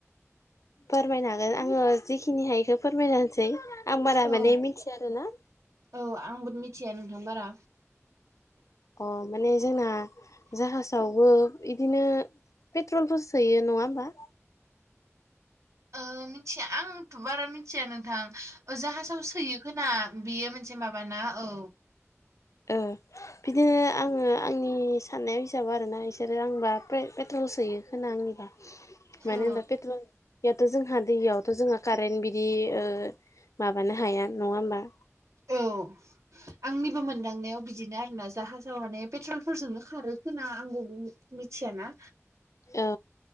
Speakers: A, on the left (about 85°); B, on the right (about 75°).
A: फोरमायनो हागोन। आङो जिखिनि हायो इखौ फोरमायन होनसै आं बारा
B: औ
A: माने मिथिया आरो ना।
B: औ आंबो मिथिया नोंथां बारा।
A: अ माने जोंना जाहाजावबो इदिनो पेट्रलफोर सोयो नङा होमबा?
B: ओ मिथिया आंथ' बारा मिथिया नोंथां ओ जाहाजाव सोयो खोना बियो मोनसे माबाना औ।
A: ओ। बिदिनो आङो आंनि साननाय हिसाब आरोना इसोरो आंबा पेपेट्रल सोयो खोना आंनिबा।
B: औ
A: मानो होनबा पेट्रल जोंहा दैयावथ' जोंहा कारेन्ट बि दि ओ माबानो हाया नङा होमबा।
B: औ। आंनिबो मोनदांनायाव बिदिनो आरोना। जाहाजाव माने पेट्रलफोरजोंनो खारो खोना आंबो मिथिया ना।
A: औ